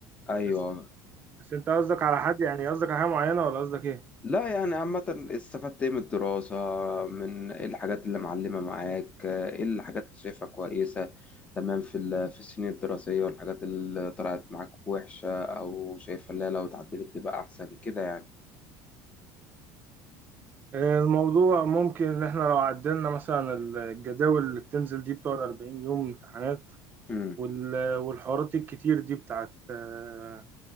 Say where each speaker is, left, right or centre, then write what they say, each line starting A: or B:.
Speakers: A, on the left; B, on the right.
A: ايوه
B: بس بس أنت قصدك على حد يعني قصدك على حاجة معينة ولا قصدك إيه؟
A: لا يعني عامة استفدت ايه من الدراسة من ايه الحاجات اللي معلمة معاك ايه الحاجات اللي شايفها كويسة تمام في ال- في السنين الدراسية والحاجات اللي طلعت معاك وحشة او شايفها لا لو اتعدلت تبقى احسن كده
B: آه، الموضوع ممكن إن إحنا لو عدلنا مثلا الجداول اللي بتنزل دي بتقعد 40 يوم امتحانات
A: يعني
B: وال- والحوارات الكتير دي بتاعت آه،